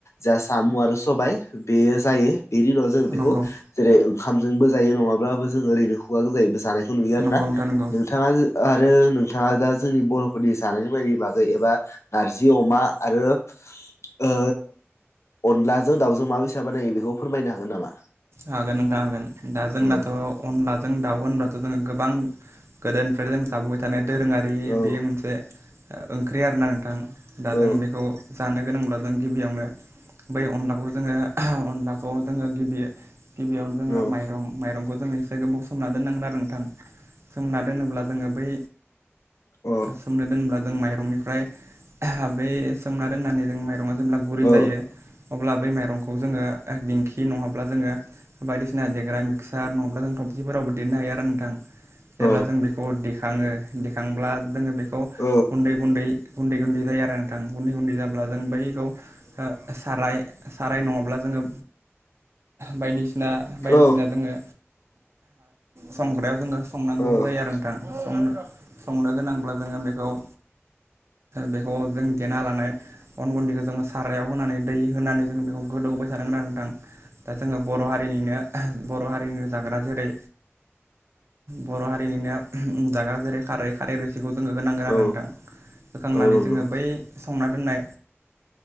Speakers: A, on the left (about 75°); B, on the right (about 65°).
A: जा साम' आरो सबाय बेयो जायो बेनि उनाव जों बेखौ
B: नंगौ
A: जेरै ओंखामजोंबो जायो नङाब्लाबो जों ओरैनो खुवा गोजायैबो जानायखौ नुयो आरोना।
B: नंगौ नोंथां नंगौ
A: नोंथाङा आरो नोंथाङा दा जोंनि बर'फोरनि जानाय लोंनायनि बागै एबा नारजि अमा आरो। ओ अनलाजों दाउजों माबैसा बानायो बेखौ फोरमायनो हागोन नामा?
B: हागोन नोंथां हागोन दा जोंनाथ'
A: औ
B: अनला जों दाउ होनबा। जोङो <unintelligible> गोबां गोदोनिफ्रायनो जों जाबोबाय थानाय दोरोङारि
A: औ
B: बे मोनसे। ओंख्रि आरो ना नोंथां दा
A: औ
B: जोङो बेखौ जानो गोनांब्ला जों गिबियावनो बै अनलाखौ जोङो अनलाखौ जोङो गिबियै। गिबियावनो
A: औ
B: जोङो माइरं माइरंखौ जों एसे गोबाव सोमना दोननांगोन आरो नोंथां सोमना दोनोब्ला जोङो। बै
A: अ
B: सोमनो दोनोब्ला जों माइरंनिफ्राय बे सोमना दोननानै जों माइरङा जेब्ला गुरै
A: औ
B: जायो। अब्ला बै माइरंखौ जोङो दिंखि नङाब्ला जोङो बायदिसिना देग्रा मिक्सार नङाब्ला जों थबसिफोरावबो देरनो हायो आरो नोंथां। जेब्ला
A: औ
B: जों बेखौ देखाङो देखांब्ला जोङो बे खौ
A: औ
B: गुदै गुदै गुदै गुदै। जायो आरो नोंथां गुन्दै गुन्दै जाब्ला जों बैखौ साराय साराय नङाब्ला जोङो। बायदिसिना बायदिसिना
A: औ
B: जोङो। संग्रायाव जोङो संनांगौ
A: औ
B: जायो आरो नोंथां सं सं नो गोनांब्ला जों बेखौ देनालानाय अन गुदैखो जोङो। सारायाव होनानै दै होनानै जोङो बेखौ गोदौबाय थानांगोन आरो नोंथां। दा जोङो बर' हारिनिनो बर' हारिनिनो जाग्रा जेरै बर' हारिनिनो जाग्रा जेरै खारै खारै रोसिखौ होनांगोन आरो
A: औ
B: नोंथां बोखांनानै
A: औ नंगौ
B: जोङो बै संना दोननाय